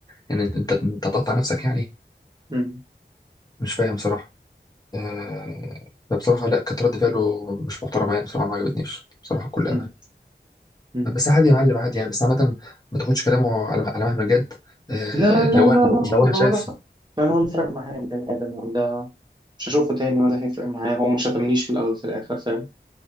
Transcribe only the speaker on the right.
مم.
مم.
مم.
لا لا
لا
لا
انا
ولا فرق انا ولا فرق معايا من الادب ولا مش هشوفه تاني ولا هيفرق معايا هو مش شتمنيش في الاول وفي الاخر فاهم